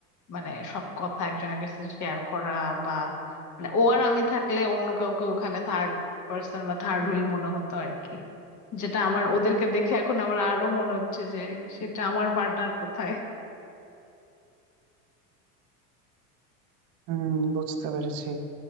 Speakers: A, on the left (about 40°); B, on the right (about 50°).
A: মানে সব কথা একজনের কাছে শেয়ার করা বা মানে ও আর আমি থাকলে অন্য কাউকে ওখানে থার্ড পার্সন বা থার্ড হুইল মনে হতো আর কি যেটা আমার ওদেরকে দেখে এখন আমার আরো মনে হচ্ছে যে সেটা আমার পার্টনার কোথায়
B: হুম বুঝতে পেরেছি